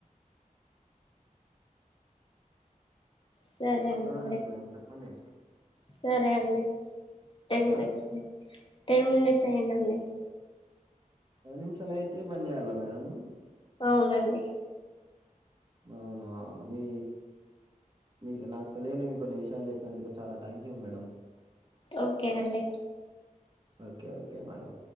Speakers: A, on the left; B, on the right.
A: సరే
B: మాట్లాడారేండి
A: అండి మరి
B: మేడం చెప్పండి
A: సరే అండి టెన్ మినిట్స్
B: ఆ
A: టెన్ మినిట్స్ అయినా అండి
B: పది నిమిషాలయితే బంద్ చేయాలా మేడం
A: అవునండి,
B: అవునా మీ మీకు నాకు తెలియనివి కొన్ని విషయాలు చెప్పినందుకు చాలా థ్యాంక్ యూ మేడం.
A: ఓకే అండి
B: ఓకే ఓకే మేడం